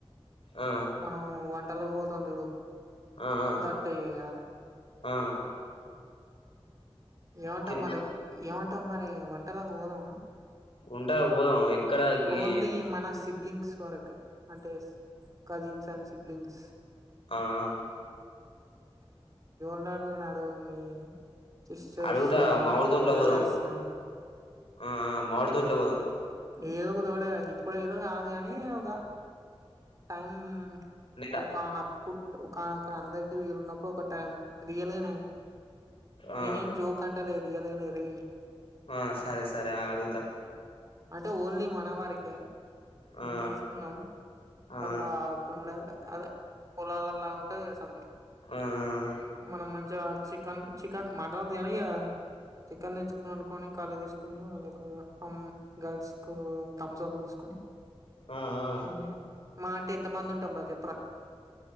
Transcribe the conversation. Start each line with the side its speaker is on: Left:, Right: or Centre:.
Left: ఆ
Right: మనం వంటక పోతుంది ఇూడు
Left: ఆ ఆ
Right: గట్ కాద
Left: ఆ
Right: ఏమంటావు
Left: తి
Right: మరో ఏమంటావు మరి వంటలాకు పోదాము
Left: ఉంటా పోదాం ఎక్కడ
Right: ఓన్లీ
Left: ఈ
Right: మన సిబ్లింగ్స్ వరకే అంటే కజిన్స్ అండ్ సిబ్లింగ్స్
Left: ఆ ఆ
Right: ఇనుడు మీ సిస్టర్స్
Left: అడుగుతా
Right: ను
Left: మామిడి తోట్లో
Right: బ్రదర్స్
Left: పోదాం
Right: ను
Left: ఆ మాడు తోట్లో పోదాం
Right: ఏదో ఒక తోడ ఇప్పుడు ఏదో కాదు కాని ఒక టైం
Left: నెల
Right: ఒకనప్పుట్ ఒకన అందరికి వీళన్నప్పుడు ఒక టైం రియలేనే
Left: ఆ
Right: నీనేేం జో కంటల ఎరియాాలనిరే
Left: ఆ సరే సరే ఆ అడుగుతా
Right: అంటే ఓన్లీ మన వారికే
Left: ఆ
Right: ఇంత తీసుకున్నాాం
Left: ఆ ఆ
Right: అట్లాకుడా అదే పొలాలలా ఉంటది కదా సంథింగ్
Left: ఆ ఆ
Right: మనం మంచిగా చికెన్ చికెన్ మటన్ ఓధు కానీ ఇక చికెన్ తెేర్చ్చుకున్నా తీకని కళ్ళు తీసుకొని వాళ్ళకు హమ్ గర్ల్స్ కు థమ్స్ అప్లు తీసుకొని
Left: ఆ ఆ
Right: ఉ మా అంటే ఎంత మంది ఉంటాం బ చెప్పరా